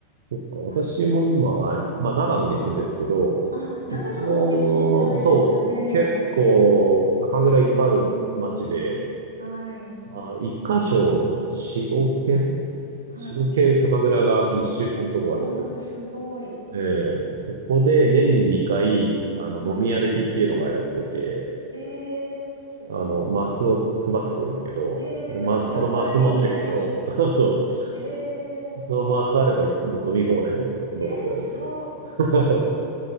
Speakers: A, on the right; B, on the right.
A: そっか。私も今、
B: あ、
A: まあ、長野に住んでるんですけど、
B: あ、長野も美味しいじゃないですかね、
A: うちの、そう、結構、
B: お酒。
A: 酒蔵いっぱいある町で、
B: うーん、はい。
A: まあ、一箇所、四五軒
B: あ、
A: 四五軒酒蔵が密集してるところがあるんですよ。
B: おー、すごい。
A: ええ、そこで年に2回、あの、
B: はい。
A: 飲み歩きっていうのがやってて、
B: え
A: あの、マスを配ってくるんですけど、
B: ー、えー、
A: で、まそのマス持ってくと、
B: なんかスタンプラリーみたいに。
A: <laughs> そう、
B: え
A: そ
B: ー、
A: そのマスあれば、もう飲み放題なんですよ。どのくらい行っても。
B: えー、すごい。
A: <laughs>